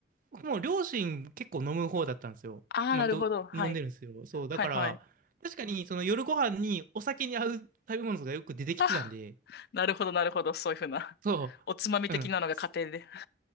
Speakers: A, on the right; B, on the left.
A: 僕も両親結構飲む方だったんですよ。
B: ああ、
A: まあ、
B: なるほど。
A: ど、
B: はい。
A: 飲んでるんですよ。そう、だから、
B: はいはい。
A: 確かに、その夜ご飯にお酒に合う食べ物がよく出てきてたんで、
B: あ、なるほどなるほど。そういうふうな
A: そ
B: <laughs>。おつまみ的なのが家庭で。
A: う、うん、そ